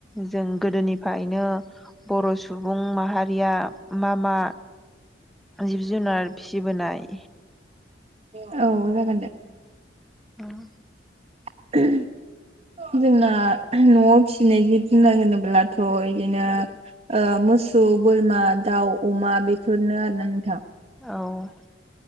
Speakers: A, in the centre; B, on the right.
A: जों गोदोनिफ्रायनो बर' सुबुं माहारिया मा मा जिब जुनार फिसिबोनाय
B: औ जागोन
A: <unintelligible>
B: दे <inaudible> जोंना न'आव फिसिनाय जिब जुनार होनोब्लाथ' बिदिनो ओ मोसौ बोरमा दाउ अमा बेफोरनो आरोना नोंथां
A: औ